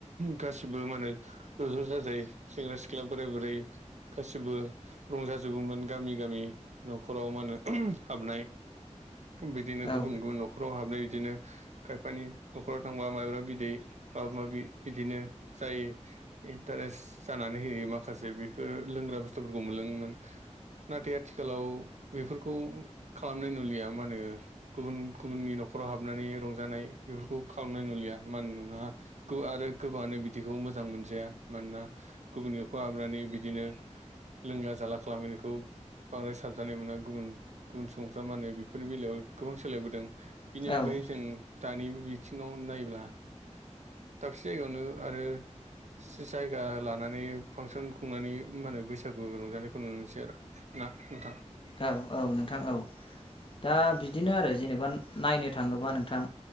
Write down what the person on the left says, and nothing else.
औ
औ
औ औ नोंथां औ दा बिदिनो आरो जेनेबा नायनो थाङोबा नोंथां